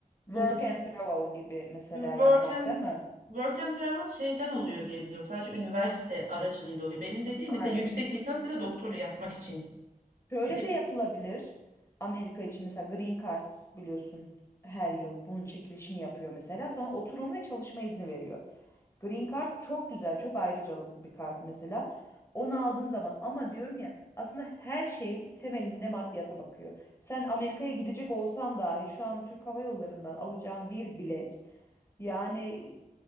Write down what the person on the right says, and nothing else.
burs,
work
and
Work and travel şeyden oluyor diye biliyorum. Sadece üniversite aracılığıyla oluyor. Benim dediğim
mesela yüksek lisans ya da doktora yapmak için
gidip